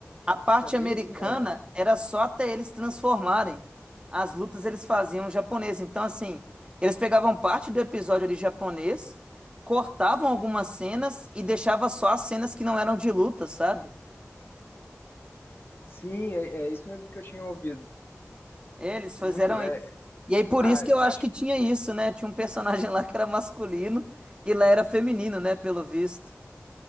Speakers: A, on the right; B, on the left.
A: A parte
B: isso, é bem
A: americana
B: isso mesmo.
A: era só até eles transformarem. As lutas eles faziam japonês. Então, assim, eles pegavam parte do episódio ali japonês, cortavam algumas cenas e deixava só as cenas que não eram de luta, sabe?
B: Sim, é, é isso mesmo que eu tinha ouvido.
A: Eles fizeram
B: Muito, é,
A: isso. E aí, por
B: ah,
A: isso que
B: eu
A: eu acho
B: acho,
A: que tinha isso, né? Tinha um personagem lá que era masculino e lá era feminino, né? Pelo visto.